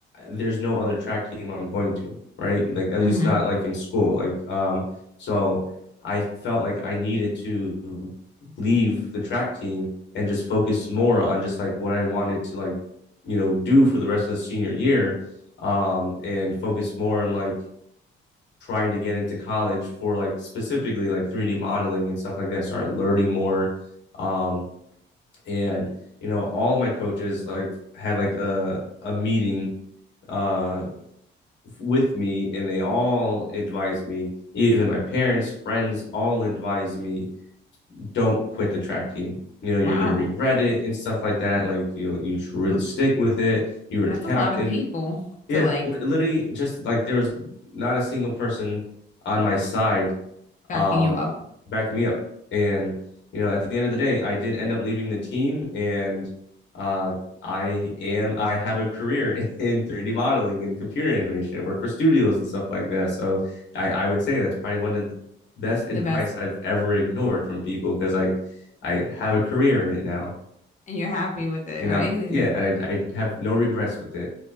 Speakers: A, on the left; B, on the left.
A: there's no other track team I'm going to, right? Like at
B: hmm
A: least not like in school. Like um, so I felt like I needed to leave the track team and just focus more on just like what I wanted to like you know do for the rest of the senior year um and focus more on like trying to get into college for like specifically like 3d modeling and stuff like that start learning more um and you know all of my coaches like had like a a meeting uh with me and they all advised me even my parents friends all advised me don't quit the track team you know
B: Wow.
A: you're going to regret it and stuff like that like you know you should really stick with it you were
B: That's
A: the captain
B: a lot of people
A: Yeah,
B: to like
A: li- literally just like there was not a single person on my side
B: backing
A: um
B: you up
A: backing me up. And you know, at the end of the day, I did end up leaving the team and uh I am I have a career <laughs> in 3D modeling and computer animation. I work for studios and stuff like that. So I I would say that's probably one of the best
B: the
A: advice
B: best,
A: I've ever ignored from people because I I have a career in it now.
B: and you're happy with it,
A: And
B: right?
A: I'm
B: And
A: yeah, I I have no regrets with it.